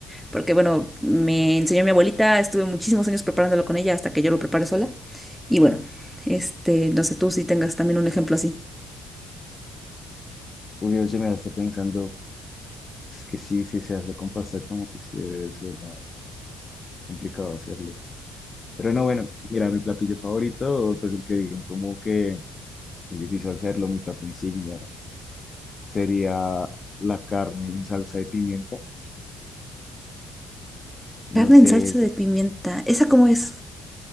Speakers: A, in the centre; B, on the left.
A: porque bueno, me enseñó mi abuelita, estuve muchísimos años preparándolo con ella hasta que yo lo preparé sola y bueno, este, no sé tú si tengas también un ejemplo así.
B: obvio, yo me estoy pensando, es que sí, sí se hace con pasta de tomate, sí debe ser más complicado hacerlo. Pero no, bueno, mira, mi platillo favorito, pues el que digan, como que es difícil hacerlo, mi plato insignia sería la carne en salsa de pimienta. No
A: Carne
B: sé,
A: en salsa
B: es-
A: de pimienta, ¿esa cómo es?